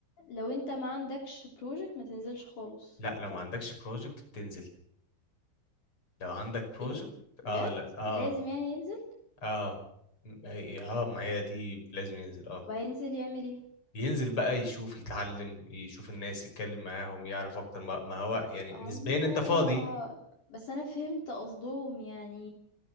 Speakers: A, on the left (about 45°); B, on the left (about 30°).
A: لو أنت ما عندكش project ما تنزلش خالص
B: لا لو
A: صح؟
B: ما عندكش بروجكت بتنزل لو عندك بروجكت
A: إيه؟ بجد؟
B: اه لا اه
A: لازم يعني ينزل؟
B: اه م- أي- اه ما هي دي لازم ينزل اه
A: طب هينزل يعمل إيه؟
B: ينزل بقى يشوف يتعلم يشوف الناس يتكلم معاهم يعرف اكتر ما ما هو يعني
A: آه
B: نسبيا انت فاضي
A: بس أنا فهمت قصدهم يعني